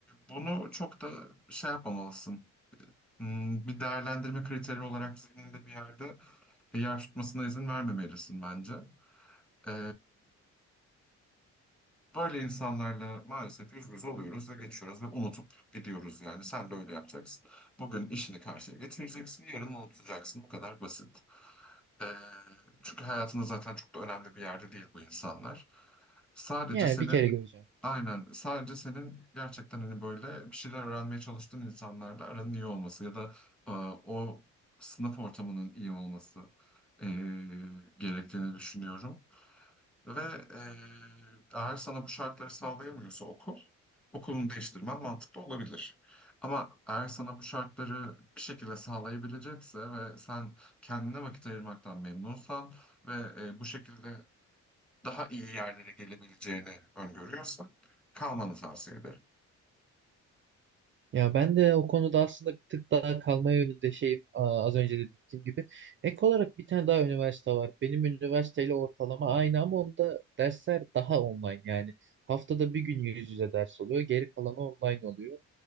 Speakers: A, in the centre; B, on the right (about 40°).
A: bunu çok da şey yapmamalısın. Hmm, Bir değerlendirme kriteri olarak zihninde bir yerde yer tutmasına izin vermemelisin bence. Ee, Böyle insanlarla maalesef yüz yüze oluyoruz ve geçiyoruz ve unutup gidiyoruz yani. Sen de öyle yapacaksın. Bugün işini karşıya getireceksin, yarın unutacaksın. Bu kadar basit. Ee, çünkü hayatında zaten çok da önemli bir yerde değil bu insanlar. Sadece
B: Yani
A: senin,
B: bir kere göreceğim.
A: aynen sadece senin gerçekten hani böyle bir şeyler öğrenmeye çalıştığın insanlarla aranın iyi olması ya da e, o sınıf ortamının iyi olması e, gerektiğini düşünüyorum. Ve eee, eğer sana bu şartları sağlayamıyorsa okul, okulunu değiştirmen mantıklı olabilir. Ama eğer sana bu şartları bir şekilde sağlayabilecekse ve sen kendine vakit ayırmaktan memnunsan ve eee, bu şekilde daha iyi yerlere gelebileceğini öngörüyorsan kalmanı tavsiye ederim.
B: Ya ben de o konuda aslında bir tık daha kalma yönünde şeyim Aa, az önce de dediğim gibi. Ek olarak bir tane daha üniversite var. Benim üniversiteyle ortalama aynı ama onda dersler daha online yani. Haftada bir gün yüz yüze ders oluyor, geri kalanı online oluyor.